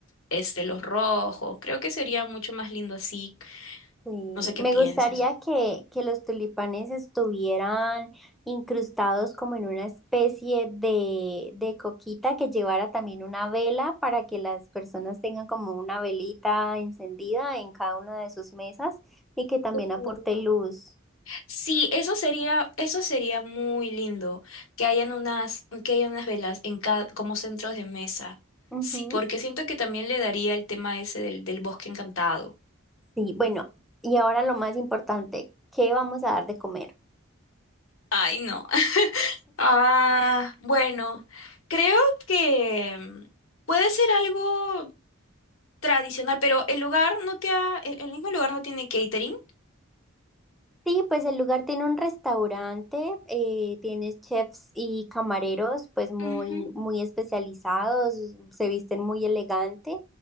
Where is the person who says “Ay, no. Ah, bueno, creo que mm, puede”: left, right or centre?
Left